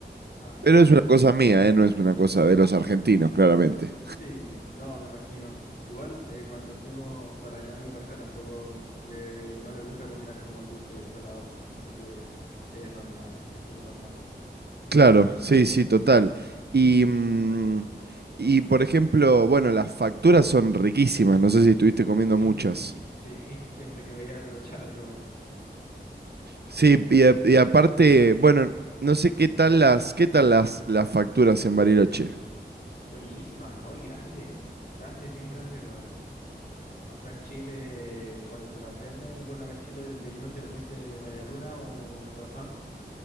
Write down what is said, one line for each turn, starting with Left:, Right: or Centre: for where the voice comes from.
Left: Ah, sí,
Right: Pero es una cosa mía, ¿eh? No es una cosa de los argentinos, claramente.
Left: sí, no, me imagino. Igual eh, cuando fuimos para allá, mi pareja tampoco le, no le gusta combinar como el dulce y el salado, así que es normal, es súper normal.
Right: Claro, sí, sí, total. Y, mm, y por ejemplo, bueno, las facturas son riquísimas, no sé si estuviste comiendo
Left: Sí,
Right: muchas.
Left: sí, <laughs> siempre que veía aprovechaba de comer.
Right: Sí, y, a- y aparte, bueno, no sé qué tal las, qué tal las, las facturas en Bariloche.
Left: Buenísimas, ¿no? Y grandes, grandes, bien grandes, weón. Acá en Chile, cuando te las venden, bueno, acá en Chile de lleno se les dice media luna o croissant,